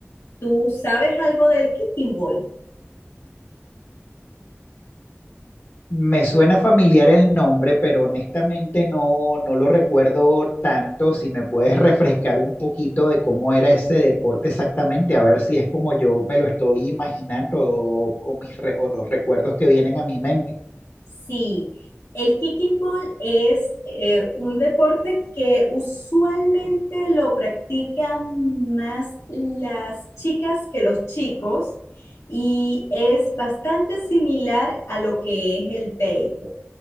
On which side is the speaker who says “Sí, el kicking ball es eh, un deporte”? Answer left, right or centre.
Left